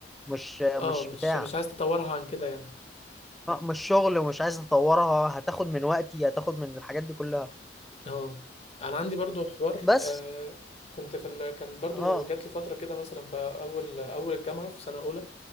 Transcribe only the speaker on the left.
اه مش
مش عايز تطورها عن كده يعني
اه انا عندي برضو حوار
آه كنت في ال... كان برضو
جات لي فتره كده مثلا في اول اول الجامعه في سنه اولى